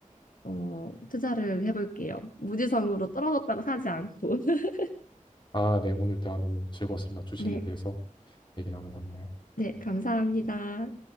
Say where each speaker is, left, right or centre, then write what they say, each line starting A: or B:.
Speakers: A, on the left; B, on the left.
A: 어, 투자를 해볼게요. 무지성으로 떨어졌다고 사지 않고. <laughs>
B: 아, 네, 오늘 대화 너무 즐거웠습니다. 주식에
A: 네,
B: 대해서 얘기 나눠봤네요.
A: 네, 감사합니다.